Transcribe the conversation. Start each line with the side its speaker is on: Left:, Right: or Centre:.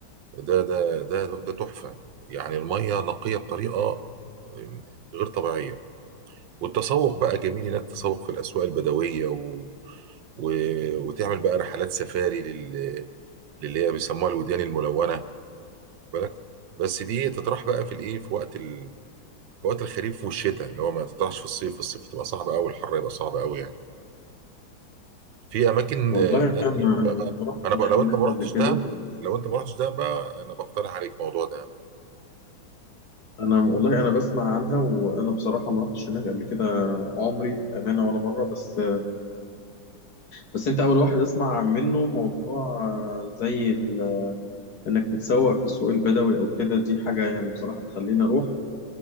Right: ده ده ده ده تحفة يعني المية نقية بطريقة غير طبيعية والتسوق بقى جميل انك تسوق في الاسواق البدويه و... و... وتعمل بقى رحلات سفاري لل... للي هي بيسموها الوديان الملونه بالك بس دي تطرح بقى في الايه في وقت ال... في وقت الخريف والشتاء اللي هو ما تطرحش في الصيف الصيف تبقى صعبه قوي الحر يبقى صعب قوي يعني في اماكن
Left: والله
Right: آه، تانية
Left: انا ما رحتش
Right: انا بقى لو
Left: هناك
Right: انت ما رحتش
Left: قبل
Right: دهب
Left: كده
Right: لو انت ما رحتش دهب بقى انا بقترح عليك موضوع دهب ده
Left: انا والله انا بسمع عنها وانا بصراحه ما رحتش هناك قبل كده عمري بامانه ولا مره بس بس انت اول واحد اسمع منه موضوع زي ال- انك تتسوق في السوق البدوي او كده دي حاجه يعني بصراحه تخليني اروح